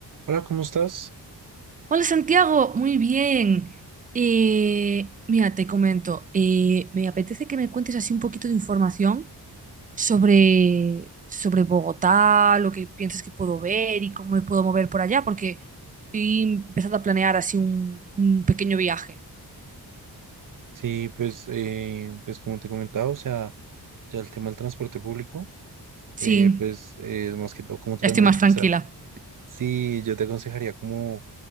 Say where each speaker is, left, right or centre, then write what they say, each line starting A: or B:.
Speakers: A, on the right; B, on the right.
A: Hola, ¿cómo estás?
B: Hola Santiago, muy bien. Eh, mira, te comento, eh, me apetece que me cuentes así un poquito de información sobre, sobre Bogotá, lo que piensas que puedo ver y cómo me puedo mover por allá, porque estoy empezando a planear así un, un pequeño viaje.
A: Sí, pues, eh, pues como te comentaba, o sea, ya el tema del transporte público,
B: Sí,
A: eh, pues eh, es más que todo como Transmilenio,
B: ya estoy más tranquila.
A: <laughs> o sea, sí, yo te aconsejaría como,